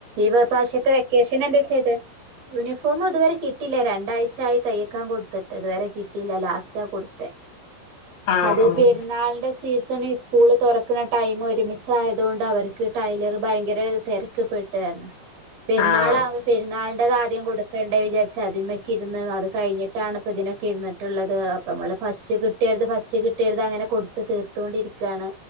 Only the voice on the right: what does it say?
ഇവ പാഷത്തെ വക്ക് കേഷിന് എന്തേ ചെയ്ത് യൂണിഫോം ഇതുവരെ കിട്ടില്ല രണ്ടാഴ്ച ആയി തയക്കാൻ കൊടുത്തിട്ട് ഇതുവരെ കിട്ടില്ല ലാസ്റ്റാ കൊടുത്തെ
അത് പെരുന്നാൾന്റെ സീസൺ ഈ സ്കൂൾ തുറക്കുന്ന ടൈം ഒരുമിച്ചായതോണ്ട് അവർക്ക് ടൈലർ ഭയങ്കര തിരക്ക്പ്പെ <unintelligible> പെര്ന്നാളാവുമ്പോ
പെരുന്നാളിന്റെതാദ്യം കൂടു ണ്ട എയ്തിഎചാതി അയ്മക്കിര്ന്ന് അത് കഴിഞ്ഞിട്ടാണ് ഇപ്പൊ ഇതിനൊക്കെ ഇരിന്നിട്ട്ള്ളത് അപ്പമ്മള് ഫസ്റ്റ് കിട്ടിയോര്ത് ഫസ്റ്റ് കിട്ടിയോര്ത് അങ്ങനെ കൊടുത്ത് തീർത്തൊണ്ടിരിക്കാണ്